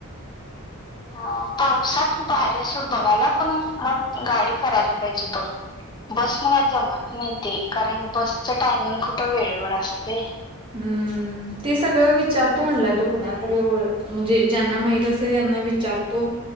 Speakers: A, on the left; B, on the right.
A: ह पावसात उभा हाय. असंच बघायला पण मग गाडी करायला पाहिजे. बघ बस न काही जमत नाही. ते कारण बसच टायमिंग कुठं. वेळेवर असते.
B: हम्म ते सगळं विचारतो म्हटलाय. तो कुणाला तरी ओ म्हणजे ज्यांना माहित असे. त्यांना विचारतो